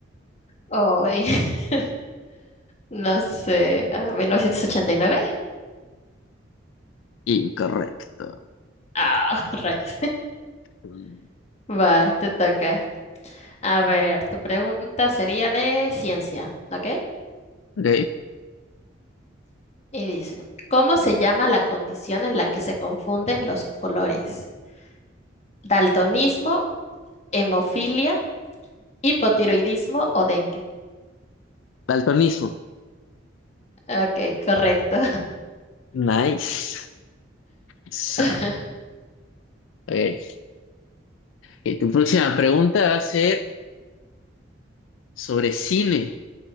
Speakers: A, on the left; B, on the left.
A: Hoy, <laughs> no sé, ah, mil novecientos ochenta y nueve,
B: Incorrecto.
A: Ah, <laughs> rayos.
B: Mm,
A: Va, te toca. A ver, tu pregunta sería de ciencia, ¿ok?
B: Ok,
A: Y dice, ¿cómo se llama la condición en la que se confunden los colores? ¿Daltonismo, hemofilia, hipotiroidismo o dengue?
B: daltonismo.
A: Ok, correcto.
B: Nice. So,
A: <laughs>
B: ok. Ok, tu próxima pregunta va a ser sobre cine,